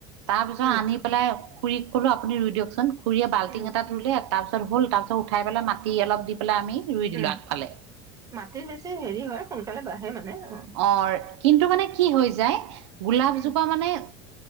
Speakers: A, on the right (about 85°); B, on the right (about 25°).
A: তাৰ পিছত
B: উম,
A: আনি পেলাই- খুৰীক কলোঁ আপুনি ৰুই দিয়কচোন, খুৰীয়ে বাল্টিং
B: উম,
A: এটাত ৰুলে- তাৰপিছত হ'ল তাৰপাছত উঠাইপেলাই মাটি অলপ দি পেলাই আমি ৰুই দিলোঁ
B: উম,
A: আগফালে।
B: মাটিত বেছি হেৰি হয়, সোনকালে বাঢ়ে মানে অঁ।
A: অঁ কিন্তু মানে কি হৈ যায়? গোলাপজোপা
B: উম,
A: মানে-